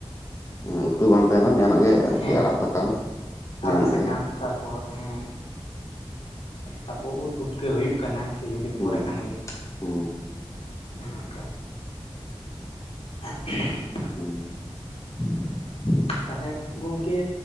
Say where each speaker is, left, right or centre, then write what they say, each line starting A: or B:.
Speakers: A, on the left; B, on the left.
A: ᱦᱮᱸ ᱩᱛᱩ ᱵᱟᱝ ᱛᱟᱦᱮᱸᱱ ᱨᱮᱦᱚᱸ ᱡᱟᱦᱟᱱᱟᱜ ᱜᱮ ᱟᱨᱠᱤ
B: ᱦᱮᱸ
A: ᱟᱲᱟᱜ ᱥᱟᱠᱟᱢ
B: ᱟᱲᱟᱜ
A: ᱡᱟᱦᱟᱱᱟᱜ
B: ᱥᱟᱠᱟᱢ
A: ᱜᱮ
B: ᱛᱟᱯᱚᱨ ᱦᱮᱸ ᱛᱟᱯᱚᱨ ᱩᱫ ᱯᱩᱴᱠᱟᱹ ᱦᱩᱭᱩᱜ ᱠᱟᱱᱟ ᱠᱤᱪᱷᱩ ᱫᱤᱱ
A: ᱦᱩᱸ
B: ᱯᱚᱨᱮ ᱠᱷᱟᱱ ᱜᱮ
A: ᱦᱩᱸ
B: ᱚᱱᱮ ᱚᱱᱠᱟ <inaudible>
A: <inaudible>
B: ᱛᱟᱦᱚᱞᱮ ᱜᱚᱝᱠᱮ